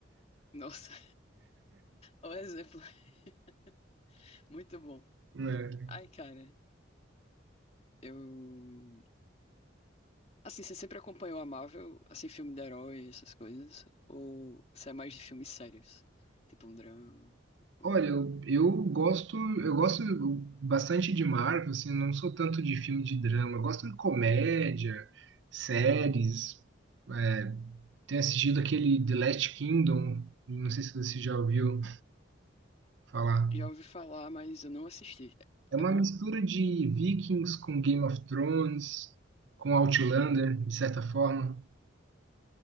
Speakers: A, on the left; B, on the right.
A: Nossa, O exemplo. <laughs> Muito bom.
B: <laughs> né?
A: Ai, cara, eu. Assim, você sempre acompanhou a Marvel, assim, filme de herói, essas coisas? Ou você é mais de filmes sérios? Tipo um drama? um-
B: Olha, eu, eu gosto, eu gosto bastante de Marvel, assim, não sou tanto de filme de drama, eu gosto de comédia, séries, é, tenho assistido aquele The Last Kingdom, não sei se você já ouviu falar.
A: Já ouvi falar, mas eu não assisti.
B: É uma
A: É é bom?
B: mistura de Vikings com Game of Thrones, com Outlander,
A: Hum,
B: de certa forma.